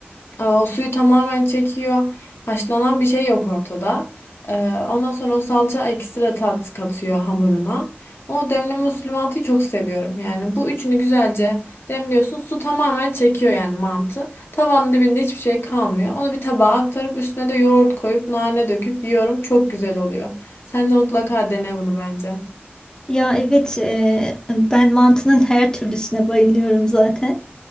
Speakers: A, on the left; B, on the left.
A: E, O suyu tamamen çekiyor. Haşlanan bir şey yok ortada. E, Ondan sonra o salça ekstra tat katıyor hamuruna. O demli muslimatı çok seviyorum. Yani bu üçünü güzelce demliyorsun. Su tamamen çekiyor yani mantı. Tavanın dibinde hiçbir şey kalmıyor. Onu bir tabağa aktarıp üstüne de yoğurt koyup nane döküp yiyorum. Çok güzel oluyor. Sen de mutlaka dene bunu bence.
B: Ya evet e, ben mantının her türlüsüne bayılıyorum zaten.